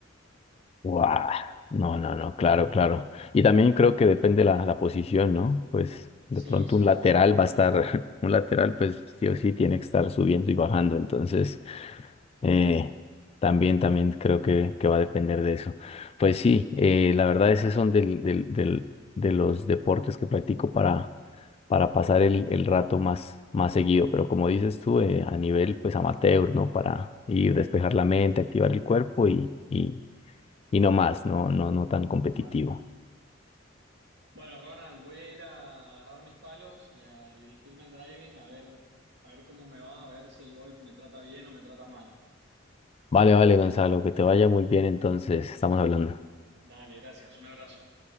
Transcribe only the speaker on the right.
Sí,
seguro,
sí,
tal cual. Bueno, Ronald, voy a ir a agarrar mis palos y a dirigirme al driving a ver, a ver cómo me va, a ver si el golf me trata bien o me trata mal.
Dale, gracias, un abrazo.